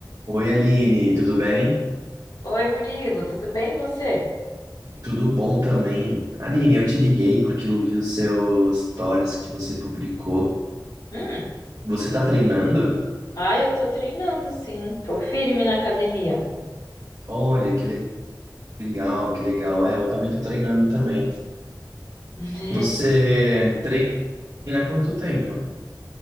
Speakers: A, on the right; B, on the left.
A: Oi, Aline, tudo bem?
B: Oi, Murilo, tudo bem você?
A: Tudo bom também. Aline, eu te liguei porque eu vi os seus stories que você publicou.
B: Hum,
A: Você tá treinando?
B: ai, eu tô treinando sim, tô firme na academia.
A: Olha, que le- legal, que legal. É, eu também tô treinando também.
B: <laughs>
A: Você treina há quanto tempo?